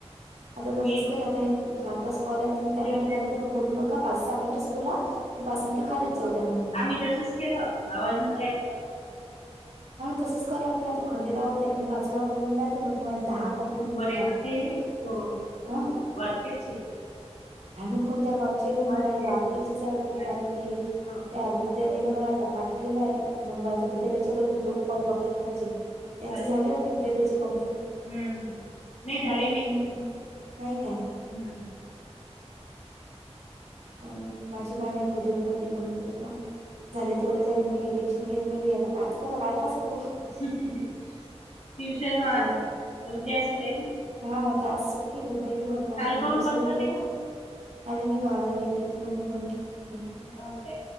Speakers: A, on the right; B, on the left.
A: आता तसच
B: मी
A: करुयात, आता एक चार पाच कॉल आहेत, तु मी त्यांना
B: ते
A: म्हणला किन. बोलू नका. पाच, सहा मिनिटच बोला. पाच मिनिट खालीच जाऊ द्या. म्हणे.
B: आम्ही तसचं केलं, आवाज नव्हता येत. तर.
A: हा. आणि तसच कराय लागते. ना ते खंडेराव. त्यांनी पाच वेळा करून जाते म्हणजे माझी दहा. कंप्लीट होऊन
B: परी
A: जातात
B: म्हणतेय, हो
A: अ
B: वारक्याची.
A: काय? माहीत कोणत्या? गावची बी
B: वारखेडची
A: मला वारकरचीच आहे वाटते.
B: वारखेड
A: कारण की
B: हो
A: त्या वि विद्याताईने मला पाठवलेला आहे नंबर आता. विद्याताईच्या कडे, दोन कॉल बाकी आहेत माझे. त्यांचे
B: बर
A: झाले वाटते. विद्याताईचे कम्प्लीट.
B: हम्म हम्म, नाही झालेले नाही.
A: हम्म. नाही काय?
B: हम्म. हम्म.
A: <unintelligible> माझे काय माहित? कधी? होतात बी कंम्प्लीट आता. झाले तेवढे झाले. मी काही टेन्शन घेत नाही. बाई आता कायच? कर काय? कायच? करू.
B: ट्युशन आता
A: काय
B: उद्या शिलाई ना.
A: हा. आता आज सुट्टी उद्या घेऊ आता.
B: काल
A: उद्या
B: काऊन
A: कशाला
B: बंद होती
A: घेऊ?
B: मग
A: अरे! मी गावाला गेली होती, म्हणून बंद केलं. मी.
B: हो <unintelligible> काय?